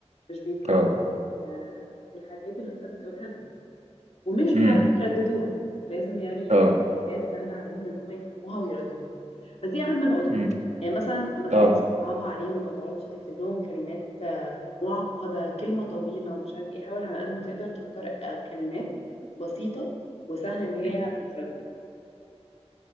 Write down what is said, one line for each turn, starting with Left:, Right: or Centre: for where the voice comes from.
Left: مش بيفهموا
Right: اه
Left: كل ال- الحاجات اللي انت بتقولها لهم ومش بيعرفوا
Right: امم
Left: يرددوها لازم يعني يبقى
Right: اه
Left: لهم حاجات سهلة عليهم ان هم يفهموها ويرددوها فدي اهم نقطة
Right: امم
Left: يعني مثلا ما تقعدش
Right: اه
Left: تصعبها عليهم ما تقعدش تكتب لهم كلمات آه، معقدة كلمة طويلة ومش عارف ايه حاول على قد ما تقدر تختار آه، كلمات بسيطة وسهل ان هي
Right: مم.
Left: تتردد